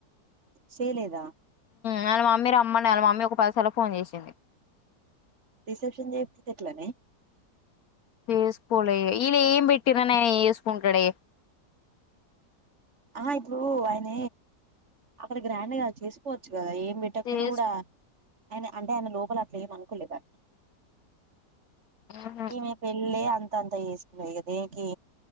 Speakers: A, on the right (about 40°); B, on the left (about 60°).
A: సేయలేదా
B: నాళ్ళ మమ్మీ రమ్మడి నళ్ళ మమ్మీ ఒక పదిసార్ ఫోన్ చేసింది
A: రిసెప్షన్ చేయక పోతే ఎట్లనే
B: చేసుకోలే వీళ్ళు ఏం పెట్టిర్రని ఆయన చేసుకుంటాడే
A: ఆ ఇప్పుడు ఆయన అక్కడ గ్రాండ్ గా చేసుకోవచ్చు కదా ఏ పెట్టకపోయినా
B: చేస్
A: కూడా ఆయన అంటే ఆయన లోపల అట్లా ఏమ అనుకోలే క
B: మ్హు
A: ఈమె పెళ్ళి అంత అంతా చేసుకున్నాయి ఇక దేనికి